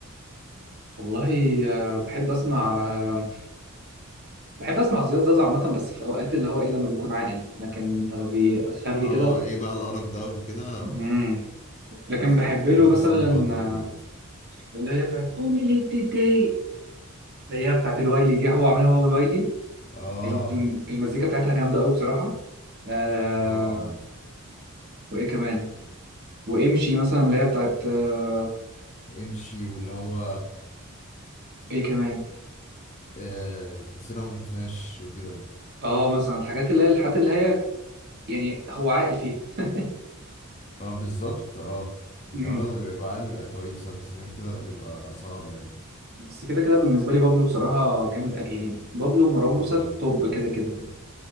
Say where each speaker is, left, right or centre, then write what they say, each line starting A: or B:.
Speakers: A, on the right; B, on the left.
A: والله آه بحب اسمع آه، بحب اسمع زياد زازا عامة بس في اوقات اللي هو ايه لما بيكون عاقل لكن لما بيخري
B: اه
A: كده
B: ايه بقى القرف ده وكده
A: امم لكن بحب
B: <laughs>
A: له
B: نفس
A: مثلا
B: الموضوع
A: آه،
B: برضه
A: اللي هي بتاعت قولي لي بتضايق اللي هي بتاعت الوايلي دي هو عاملها هو الوايلي
B: اه
A: الم- الم- المزيكا بتاعتها جامدة قوي بصراحة آه
B: اه عامة
A: وايه كمان وامشي مثلا اللي هي بتاعت آه
B: امشي واللي هو
A: ايه كمان
B: آه نسينا وما حلفناش وكده بقى
A: اه مثلا الحاجات اللي هي الحاجات اللي هي يعني هو عاقل فيها <laughs>
B: اه بالظبط اه يعني
A: امم
B: هو لما بيبقى عالي بيبقى كويس بس غير كده لا بيبقى صعب يعني
A: بس كده كده بالنسبة لي بابلو بصراحة جامد يعني بابلو ومروان
B: اه
A: موسى توب
B: كده
A: كده
B: كده
A: كده
B: والله